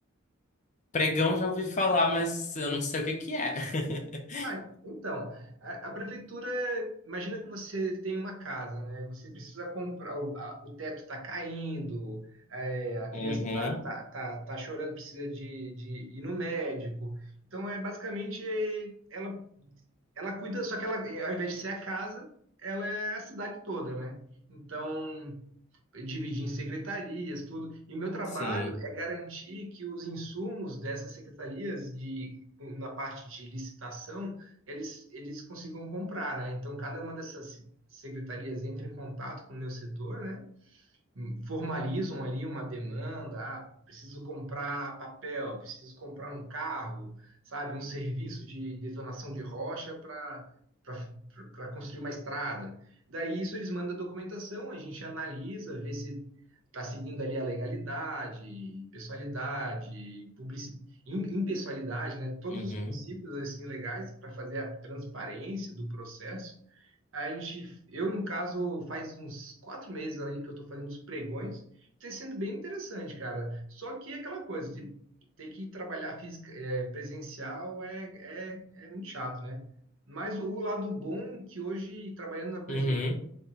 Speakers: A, on the left; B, on the right.
A: Pregão já ouvi falar, mas eu não sei o que que é. <laughs>
B: Ah, então, a, a prefeitura, imagina que você tem uma casa, né? Você precisa comprar, o, a- o teto está caindo, é, a criança
A: Uhum.
B: está tá, tá, tá- tá chorando, precisa de, de ir no médico. Então, é basicamente, é, ela, ela cuida, só que ela, ao invés de ser a casa, ela é a cidade toda, né? Então, dividir em secretarias, tudo. E o meu trabalho
A: Sim.
B: é garantir que os insumos dessas secretarias de na parte de licitação, eles eles consigam comprar, né? Então cada uma dessas secretarias entra em contato com o meu setor, né? formalizam ali uma demanda, ah, preciso comprar papel, preciso comprar um carro, sabe, um serviço de detonação de rocha para para construir uma estrada. Daí isso eles mandam a documentação, a gente analisa, vê se está seguindo ali a legalidade, pessoalidade, publicidade, impessoalidade, né? Todos
A: Uhum.
B: os princípios assim legais para fazer a transparência do processo. A gente, eu, no caso, faz uns quatro meses aí que eu tô fazendo os pregões. Tem sendo bem interessante, cara. Só que é aquela coisa de ter que trabalhar física, é, presencial é, é, é muito chato, né? Mas o, o lado bom é que hoje, trabalhando na prefeitura,
A: Uhum.